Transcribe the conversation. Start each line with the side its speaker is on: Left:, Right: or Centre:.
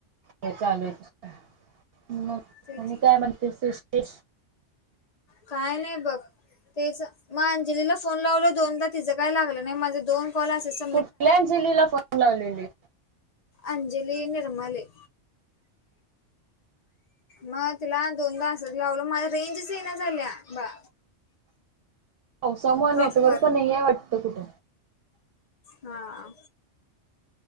Right: हे चालू <unintelligible> मग
Left: तेच
Right: आणि काय म्हणते सृष्टी
Left: काय नाही बघ. तेच म अंजलीला फोन लावलो दोनदा तिचं काय लागलं नाही माझा दोन कॉल असेस
Right: कुठल्या अंजलीला फोन लावलेली.
Left: अंजली निर्मले. म तिला दोनदा असच लावलं मला रेंजच येईना झाल्या बा‌.
Right: पावसामुळ
Left: प्रॉपर
Right: नेटवर्क नहीये वाटतं कुठ.
Left: हा!